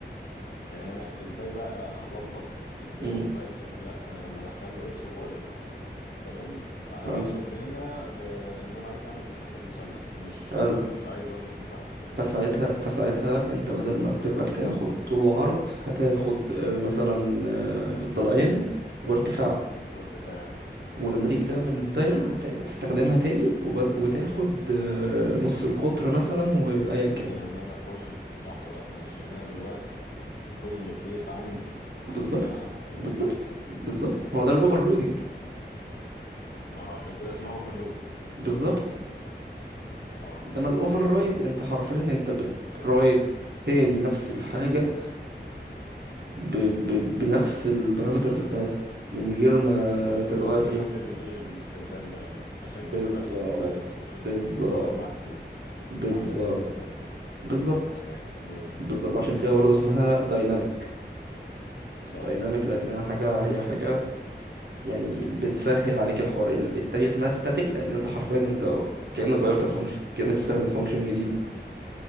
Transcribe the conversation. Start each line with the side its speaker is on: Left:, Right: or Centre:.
Left: يعني انا ازاي بقى هظبط الدنيا
Right: مم،
Left: بتاعتي لا انا لما ادخل له اكس وواي تمام انا
Right: حلو
Left: اقصد هنا آه، ان انا عايز اعمل مساحه المثلث مش
Right: حلو
Left: آه، مش عايز اظبط مساحه المستطيل
Right: فساعتها فساعتها انت بدل ما بتبقى بتاخد طول وعرض هتاخد آه، مثلا آه، ضلعين وارتفاع
Left: وارتفاع
Right: ولما تيجي تعمل الدايرة هت- هتستخدمها تاني وبد... وتاخد آه، نص القطر مثلا وأيا كان
Left: يعني انا كل لحظه بقى معلش يعني انا دلوقتي في كل كيس عندي هعمل
Right: بالظبط
Left: لها اوفرلود
Right: بالظبط بالظبط ما هو ده الأوفرلودنج
Left: اه عشان كده اسمها اوفرلود
Right: بالظبط
Left: اه
Right: انما الاوفر
Left: منطقي
Right: رايد انت حرفيا انت بترايد تاني نفس الحاجة ب... ب... بنفس البارامترز بتاعتها من غير ما
Left: بس
Right: تتغير
Left: باختلاف
Right: فيهم
Left: الايه الاستخدام بقى عشان
Right: بالظبط
Left: كده بقت اوفر رايد ووفرت
Right: بالظبط
Left: معاك كود
Right: بالظبط
Left: وما عملتش لود برضو
Right: بالظبط
Left: تمام ماشي
Right: بالظبط عشان
Left: جمعت
Right: كده برضه اسمها
Left: معاك
Right: دايناميك
Left: صح
Right: دايناميك
Left: صح
Right: لانها حاجه هي حاجه يعني بتسهل عليك الحوار ال- التانية اسمها ستاتيك لان انت حرفيا انت كانك غيرت الفانكشن كانك بتستخدم فانكشن جديده